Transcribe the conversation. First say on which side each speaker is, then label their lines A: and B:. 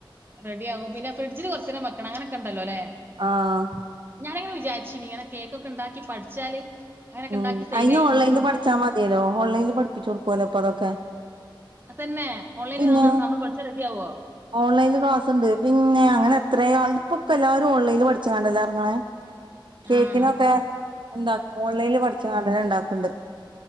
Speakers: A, on the right; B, on the right.
A: റെഡിയ ആകും പിന്നെ ഫ്രഡ്ജിൽ കുറച്ചേരം വെക്കണം അങ്ങനൊക്കെണ്ടല്ലോല്ലെ
B: ആഹ
A: ഞാാനിങ്ങനെ വിചാരിച്ചിനീ ഇങ്ങനെ കേക്കൊക്കെ ഉണ്ടാക്കി പഠിച്ചാല് അങ്ങനെയൊക്കെ
B: ഉം
A: ഉണ്ടാക്കി സെയിൽ
B: അയിന്
A: ചെയ്ത്
B: ഓൺലൈനിൽ പഠിച്ചാൽ മതിയല്ലോ ഓൺലൈനിൽ പഠിപ്പിച്ചു കൊടുക്കുവല്ലോപ്പ അതൊക്കെ
A: തന്നെ ഓൺലൈനിൽ
B: പിന്നെ
A: നമ്മൾ പഠിച്ചാൽ റെഡി ആവോ
B: ഓൺലൈനിൽ ക്ലാസ്സണ്ട് പിന്നെ അങ്ങനെ എത്ര ഇപ്പൊക്കെ എല്ലാരും ഓൺലൈനിൽ പഠിച്ചണ്ടല്ലെ എറങ്ങണെ കേക്കിനൊക്കെ
A: ആ
B: എന്താക്കും പഠിച്ചങ്ങണ്ടഞ്ഞേ ഉണ്ടാക്കണ്ട്